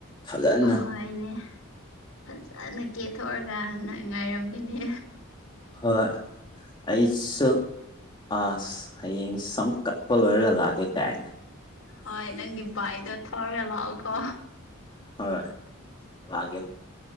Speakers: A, on the left; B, on the left.
A: ꯐꯖꯅ
B: ꯑꯍꯣꯏꯅꯦ ꯐꯖꯅ ꯀꯦꯊꯣꯛꯑꯒ ꯅꯪ ꯉꯥꯏꯔꯝꯒꯤꯅꯦ
A: ꯍꯣꯏ ꯑꯁ ꯑꯁ ꯍꯌꯦꯡ ꯁꯝ ꯀꯛꯄ ꯂꯣꯏꯔꯒ ꯂꯥꯛꯑꯀꯦ ꯀꯥꯏꯅ
B: ꯍꯣꯏ ꯅꯪꯒꯤ ꯏꯗꯣ ꯊꯧꯔꯒꯂꯥꯎꯀꯣ
A: ꯍꯣꯏꯣꯏ ꯂꯥꯛꯀꯦ